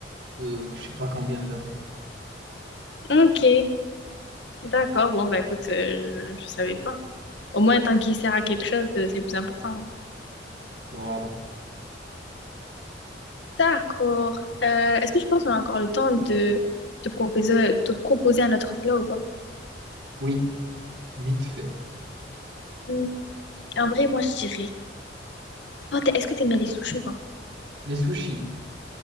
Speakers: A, on the right; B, on the left.
A: de, je sais pas combien d'heures.
B: Ok, d'accord. Bon, bah écoute, euh, je, je savais pas. Au moins, tant qu'il sert à quelque chose, euh, c'est le plus important.
A: Voilà.
B: D'accord. Euh, est-ce que tu penses qu'on a encore le temps de te proposer, te proposer un autre plat ou pas?
A: Oui, vite fait.
B: Hmm, En vrai, moi, je dirais... Toi, t'es- est-ce que t'aimes bien les sushis ou pas?
A: Les sushis.